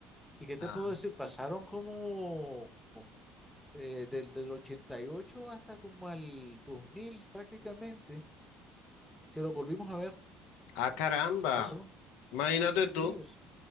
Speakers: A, in the centre; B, on the left.
A: ¿Y qué te
B: Ah,
A: puedo decir? Pasaron como eh, del, del 88 hasta como al 2000 prácticamente, que lo volvimos a ver. O
B: ah, caramba.
A: sea, pasaron,
B: Imagínate
A: sí,
B: tú.
A: sí, los-